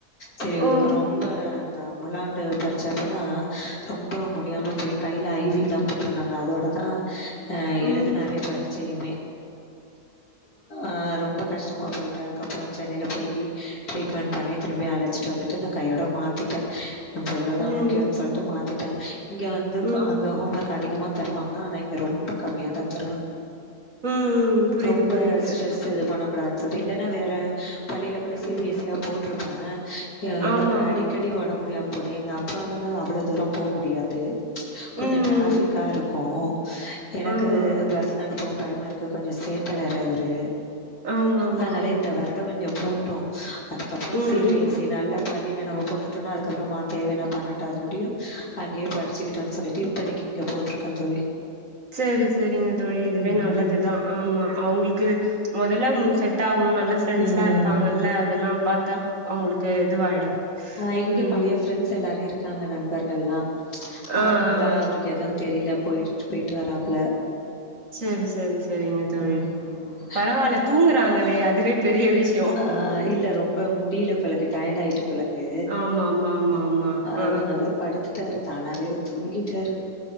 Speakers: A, on the left (about 70°); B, on the right (about 55°).
A: சேரி இவருக்கு
B: ஓ
A: ரொம்ப இந்த முழாண்டு பரிட்ச அப்பெல்லா ரொம்ப முடியாம போய் கைல ஐ வி லா போட் டிருந்தாங்க அதோட தா ஆ
B: ம்
A: எழுதுனாரு பரிட்சையுமே ஆ ரொம்ப கஷ்டமா போயகட்டு அதுக்கப்றோ சென்னைல போயி ட்ரீட்மெண்ட் பண்ணி திரும்பி அழச்சிட்டு வந்துட்டு நா கையோட மாத்திட்டே எயா புள்ள தா
B: ம்
A: முக்கியோன்னு சொல்லிட்டு மாத்திட்டே இங்க வந்து
B: ம்
A: அங் அங்க ஹோம் ஒர்க் அதிகமா தருவாங்க ஆனா இங்க ரொம்ப கம்மியா தா தருவாங்க
B: ம் ம் புரியுது
A: ரொம்ப
B: புரியுது
A: ஸ்ட்ரெஸ்ஸு இது பண்ண கூடான்னு சொல்லிட்டு இல்லைன்னா வேற பள்ளில கூட சி பி எஸ் ஸி யி போட்டிருப்பே ஆ
B: ஆமா
A: இவருக்கு
B: ஆமா
A: அடிக்கடி ஒடம்பு முடியாம போது எங்க அப்பாவால அவ்ளோ தூரோ போ முடியாது கொஞ்சோ
B: ம்
A: ட்ராஃபிக்கா இருக்கு எனக்கு
B: ஆமா
A: பஸ்ல அனுப்பவு பயமா இருக் கு கொஞ்சோ சேட்ட வேற இவரு
B: ஆமாமா
A: அதனால இந்த வருடம் கொஞ்சோ போட்டு அதுக்கப்றோ
B: um
A: C
B: um
A: B S சேரி நல்லா பள்ளில நம்ம போட்டுட்டோனா அதுக்கப்புறோமா தேவன்னா பன்னெண்டாவது முடியு அங்கயே படிச்சுக்கிட்டுன்னு சொல்லிட்டு இப்போதைக்கி இங்க போட்டிருக்கோ தோழி
B: சேரி செரிங்க தோழி இதுவே
A: ம்
B: நல்லதுதா ஆமா அவுங்களுக்கு மொதல்ல இது செட் ஆகும்னு நல்லா ஃப்ரெண்ட்ஸ்லா
A: ம்
B: இருப்பாங்கள்ல அதெல்லா பாத்தா அவுங்களுக்கு இதுவாயிடு
A: ஆ இங்க
B: ம்
A: பழைய ஃப்ரெண்ட்ஸ் எல்லாரு இருக்காங்க நண்பர்கள்லா
B: ஆ ஆ
A: அதனால
B: ஆ.
A: அவருக் எதும் தெரில பொய்ட்டு பொய்ட்டு வராப்புல
B: செரி செரி செரிங்க தோழி
A: ம் ம்
B: பரவால்ல தூங்குறாங்களே அதுவே பெரிய விஷ்
A: ஆ இல்ல ரொம்ப முடில போலக்கு டயர்ட் ஆய்ட்டு போலக்கு
B: ஆமா ஆமா ஆமா ஆமா ஆ
A: அதனால படுத்துட்டாரு தானாவே அவரு தூங்கிட்டாரு